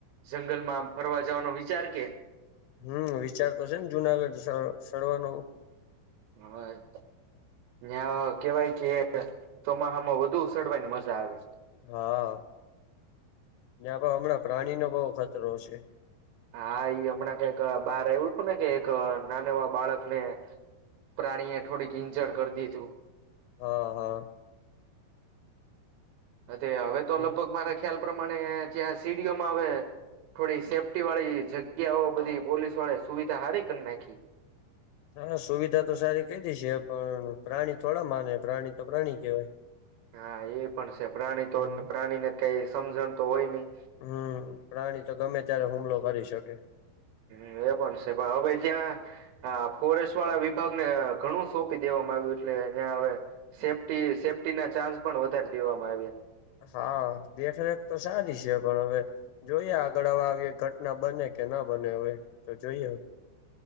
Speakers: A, on the right; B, on the left.
A: જંગલમાં આમ ફરવા જવાનો વિચાર કે.
B: હમ, વિચાર તો છે ને, જુનાગઢ સડવાનો.
A: હા. ન્યા કેવાય કે, સોમાહામાં વધુ સડવાની મજા આવે.
B: હા, ન્યાતો હમણાં પ્રાણીનો બહુ ખતરો સે.
A: હા, ઈ હમણાં કઈક બાર આવવું તું ને કે, એક નાના એવા બાળક ને. પ્રાણીએ થોડીક ઈન્જર કરી દીધું.
B: હા, હા.
A: હ તો, હવે તો
B: એ
A: લગભગ મારા ખ્યાલ પ્રમાણે ત્યાં સીડીઓમાં અવે. થોડી સેફ્ટી વાળી જગ્યાઓ બધી પોલીસ વાળે સુવિધા હારી કરી નાખી.
B: હા, સુવિધા તો સારી કઈ છે, પણ પ્રાણી થોડા માને પ્રાણી તો પ્રાણી કેવાય.
A: હા, એ પણ છે, પ્રાણી તો
B: હમ
A: પ્રાણી ને કાઈ સમજણ તો હોય નહી.
B: હમ, પ્રાણી તો ગમે ત્યારે હુમલો કરી શકે.
A: હ, એ પણ સે પણ હવે ત્યાં હા, ફોરેસ્ટ વાળા વિભાગને ઘણું સોંપી દેવામાં આવ્યું, એટલે ન્યા હવે. સેફ્ટી સેફ્ટી ના ચાન્સ પણ વધારી દેવામાં આવ્યા.
B: હા, દેખરેખ તો સારી સે પણ હવે જોઈએ, આગળ હવે આવી ઘટના બને કે, ના બને, હવે તો જોઈએ હવે.